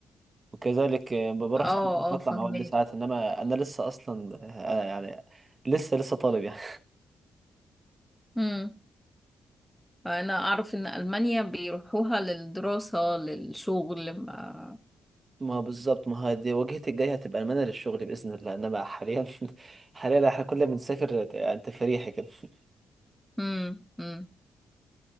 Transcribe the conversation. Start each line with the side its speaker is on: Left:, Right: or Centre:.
Right: وكذلك آه، ب- بروح
Centre: اه
Right: ساعات بطلع
Centre: اه فهمت
Right: مع والدي ساعات انما انا لسه اصلا آه، يعني لسه لسه طالب يعني
Centre: امم انا اعرف ان المانيا بيروحوها للدراسة للشغل ما
Right: <laughs> ما بالظبط ما هي دي وجهتي الجايه هتبقى المانيا للشغل باذن الله انما حاليا <laughs> حاليا احنا كلنا بنسافر يعني تفريحي كده <laughs>
Centre: امم امم